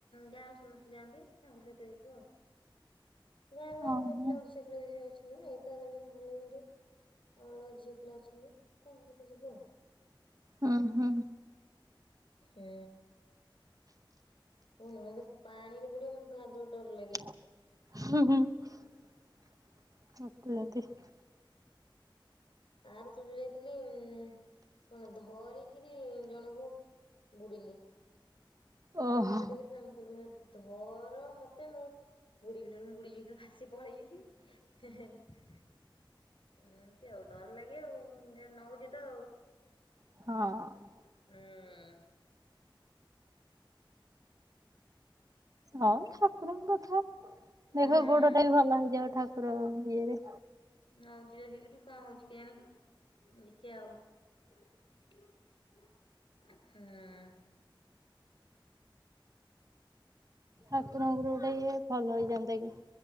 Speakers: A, on the left; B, on the right.
A: ଗାଁରୁ ସମସ୍ତେ ଯାଆନ୍ତି ତାଙ୍କ ସହିତ ଯିବୁ ଆଉ। ଗାଁରେ ଅଲଗା
B: ଅହଁ
A: ପିଲା ଅଛି ବୋଲି ଅଛନ୍ତି <unintelligible> ଆଉ ଅଲଗା ଝିଅ ପିଲା ଅଛନ୍ତି ତାଙ୍କ ସହିତ ଯିବୁ ଆଉ।
B: ହୁଁ ହୁଁ।
A: ହୁଁ କୁହନୁ ମେ ପାଣିରେ ବୁଡିବ ମତେ ଭାର ଜୋରେ ଡର ଲାଗେ।
B: <unintelligible>
A: ଆରଥର ଯାଇଥିଲି ଉ କଣ ଧରିକିରି ଜଣଙ୍କୁ ବୁଡ଼ିଲି।
B: ଓହୋ
A: ଗୋଟେ ପିଲାଟେ ହେଇଥିଲା ମୁଁ କହିଲି ମ ଧର ମତେ ମୁଁ ବୁଡ଼ିବିନି ମୁଁ ବୁଡ଼ିଯିବି ନଲେ ଭାସି ପଳେଇବି, ଏମତି ଆଉ। ଡର ଲାଗେ ଆଉ ଯେ ନଉଛି ତ ଆଉ।
B: ହଁ।
A: ଉଁ।
B: ହଁ ଠାକୁରଙ୍କ କଥା,
A: ହୁଁ
B: ଦେଖ ଗୋଡ ଟା ବି ଭଲ ହେଇଯାଉ ଠାକୁର ଇଏରେ।
A: ନଉଛି ତ ସେଠୁ କଣ ହଉଚି କେଆଣୀ ଦେଖିଆ ଆଉ। ହୁଁ।
B: ଠାକୁରଙ୍କର ଗୋଟେ ଇଏ ଭଲ ହେଇଯାନ୍ତା କି।